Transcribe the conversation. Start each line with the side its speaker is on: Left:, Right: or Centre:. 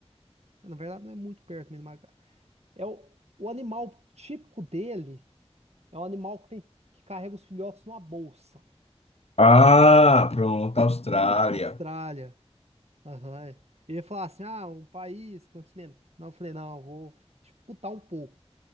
Right: Na verdade, não é muito perto mesmo. mas- É o, o animal típico dele é um animal que tem que carrega os filhotes numa bolsa.
Left: Ah, pronto, Austrália.
Right: Austrália. Aham. é. Eu ia falar assim, ah, um país, continente. Não, eu falei, não, eu vou dificultar um pouco.